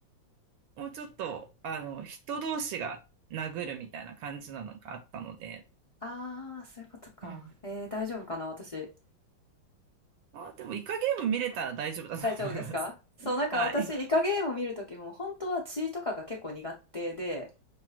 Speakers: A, on the right; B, on the left.
A: もうちょっと、あの、人同士が殴るみたいな感じなのがあったので、
B: ああ、そういうことか。
A: うん。
B: えー、大丈夫かな、私。
A: あ、でもイカゲーム見れたら大丈夫だと思います。
B: 大丈夫ですかそう、
A: <laughs>
B: なんか私、
A: はい。
B: イカゲームを見るときも、本当は血とかが結構苦手で、